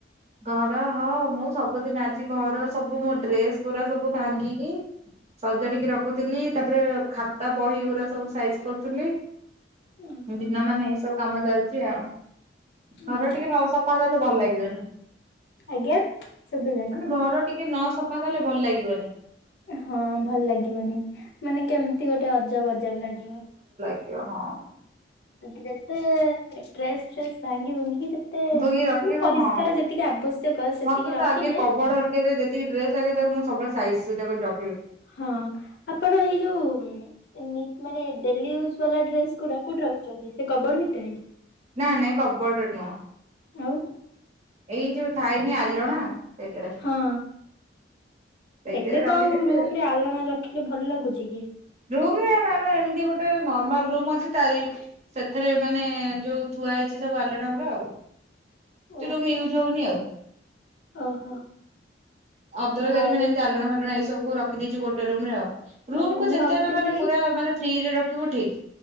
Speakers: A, on the right; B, on the left.
A: ଘର ହଁ ମୁଁ ସବୁଦିନ ଆଜି ଘର ସବୁ ମୋ ଡ୍ରେସ୍ ଗୁରା ସବୁ ଭାଙ୍ଗିକି ସଜାଡ଼ିକି ରଖୁଥିଲି ତାପରେ ଖାତା ବହି ଗୁରା ସବୁ ସାଇଜି କରୁଥିଲି।
B: ଓହୋ
A: ଦିନ ମାନେ ଏଇ ସବୁ କାମ ଚାଲି <unintelligible>
B: ଓହୋ
A: ଘର ଟିକେ ନ ସଫା କଲେ ଭଲ ଲାଗିବନି।
B: ଆଜ୍ଞା ଶୁଭିଲାଣିି।
A: ମାନେ ଘର ଟିକେ ନ ସଫା କଲେ ଭଲ ଲାଗିବନି
B: ହଁ ଭଲ ଲାଗିବନି। ମାନେ କେମିତି ଗୋଟେ ଅ ମଜା ଅଜବ ଲାଗିବ
A: କ ହଁ।
B: ଯେତେ ଡ୍ରେସ୍ ଫ୍ରେସ୍ ଭାଙ୍ଗି ଭୁଙ୍ଗି ଯେତେ
A: ଭୋଗି
B: ମାନେ
A: ରଖିବ
B: ପରିଷ୍କାର
A: ହଁ
B: ଯେତିକି ଆବଶ୍ୟକ ସେତିକି
A: ମତେ
B: ରଖିଲେ
A: ତ ଆଗେ କବଡ ହରିକରେ ଯେତିକି ଡ୍ରେସ୍ ଆଗେ ତାକୁ ମୁଁ ସବୁବେଳେ ସାଇଜସୂଜା କରି
B: ହଁ ଆପଣ ଏଇ ଯୋଉ ମାନେ ଡେଲି ଇଉଜ୍ ଡେସ୍ ଗୁଡା କୋଉଠି ରଖୁଛନ୍ତି ସେ କବଡ ଭିତରେ।
A: ନା ନାଇଁ କବୋର୍ଡ ରେ ନୁହଁ।
B: ଆଉ।
A: ଏଇ ଯୋଉ ଥାଇନି ଆଲୋଣା ସେଇଥିରେ
B: ହଁ
A: ସେଇଥିରେ
B: ଏବେ
A: ରଖିଦେବି
B: କଉ ରୁମରେ ଆଲାଣା ରଖିଲେ ଭଲ ଲାଗୁଛି କି।
A: ଏମତି ଗୋଟେ ନମାର୍ଲ ରୁମ୍ ଅଛି ତାର ସେଥିରେ ମାନେ ଯୋଉ ଥୁଆ ହେଇଛି ସବୁ ଆଲଣ ଗୁଡା ଆଉ
B: ଓହୋ
A: ତ ରୁମେ ଏଉ ଯାଉ ନାଇ ଆଉ
B: ଓହୋ
A: ଅଦରକାରୀ
B: ଆଉ
A: ମାନେ ଏମତି ଆଲନା ମାଲଣ ହେଇଛି ସବୁ ରଖିଦେଇଛୁ ଗୋଟେ ରୁମ୍ ରେ ଆଉ ରୁମକୁୁ
B: ଓହୋ ମୁଁ
A: ଯେତେବେ
B: ଭାବୁଥିଲି
A: ମାନେ ପୁରା ମାନେ ଫ୍ରିରେ କେଉୁ ଠିକ୍